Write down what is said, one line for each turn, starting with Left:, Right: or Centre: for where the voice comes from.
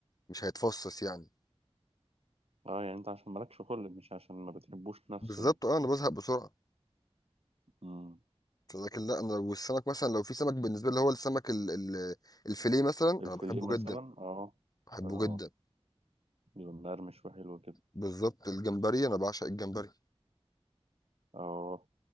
Left: مش هيتفصص يعني
Right: اه يعني انت عشان مالكش خلق مش عشان ما بتحبوش نفسه
Left: بالظبط
Right: يعني
Left: اه انا بزهق بسرعه
Right: امم
Left: لكن لا انا لو السمك مثلا لو في سمك بالنسبه لي هو السمك ال ال الفيليه مثلا
Right: الفيليه
Left: انا بحبه
Right: مثلا
Left: جدا
Right: اه
Left: بحبه
Right: اه
Left: جدا
Right: يبقى مقرمش وحلو كده
Left: بالظبط الجمبري انا بعشق الجمبري
Right: اه